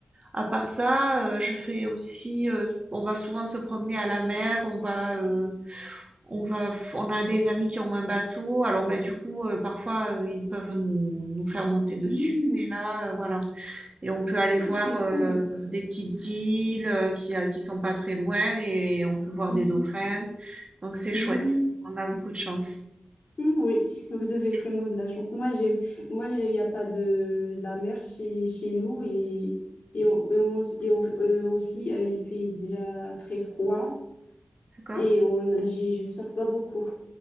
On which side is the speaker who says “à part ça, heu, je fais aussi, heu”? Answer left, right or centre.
Right